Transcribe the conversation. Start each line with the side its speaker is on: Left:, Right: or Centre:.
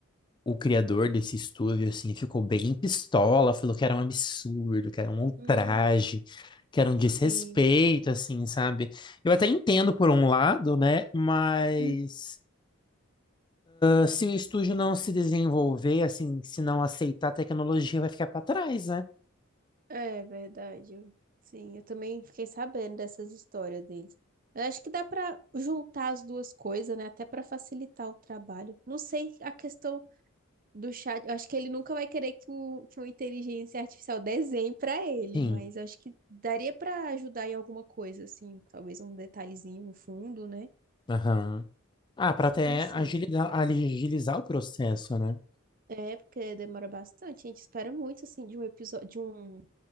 Left: o criador desse estúdio, assim, ficou bem pistola, falou que era um absurdo, que era um ultraje,
Right: Hum,
Left: que era um desrespeito,
Right: sim.
Left: assim, sabe? Eu até entendo por um lado, né? Mas
Right: Hum.
Left: ah, se o estúdio não se desenvolver, assim, se não aceitar a tecnologia, vai ficar para trás, né?
Right: É verdade. Eu- Sim, eu também fiquei sabendo dessas histórias deles. Eu acho que dá pra juntar as duas coisas, né? Até pra facilitar o trabalho. Não sei a questão do chat. Eu acho que ele nunca vai querer que, um- que uma inteligência artificial desenhe pra ele,
Left: Sim.
Right: mas acho que daria pra ajudar em alguma coisa, assim, talvez um detalhezinho no fundo, né?
Left: Aham. Ah, para até
Right: Não sei.
Left: agilizar, agilizar o processo, né?
Right: É, porque demora bastante. A gente espera muito, assim, de um episódio, de um,